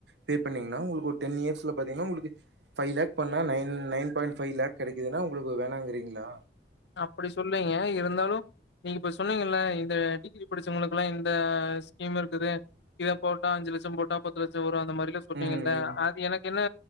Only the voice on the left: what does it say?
அப்படி சொல்லீங்க இருந்தாலும் நீங்க இப்ப சொன்னீங்க இந்த டிகிரி படிச்சவங்களுக்குல்லாம் இந்த ஸ்கீம் இருக்குது இத போட்டா அஞ்சு லட்சம் போட்டா பத்து லட்சம் வரும் மாரில சொன்னீங்க
அது எனக்கு என்ன